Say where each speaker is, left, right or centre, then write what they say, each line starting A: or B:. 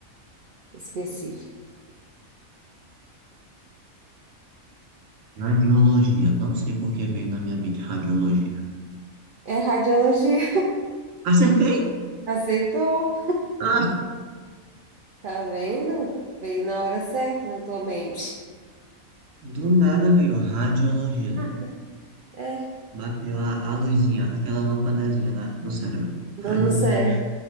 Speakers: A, on the right (about 80°); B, on the right (about 70°).
A: específico.
B: Radiologia. Não sei por que veio na minha mente radiologia.
A: É radiologia.
B: Acertei?
A: <laughs> Acertou.
B: Ah,
A: Tá vendo? Veio na hora certa na tua mente.
B: do nada veio radiologia.
A: Nada. É.
B: Bateu a, a luzinha, aquela lâmpadazinha na, no cérebro.
A: Não,
B: Radiologia.
A: não, sério.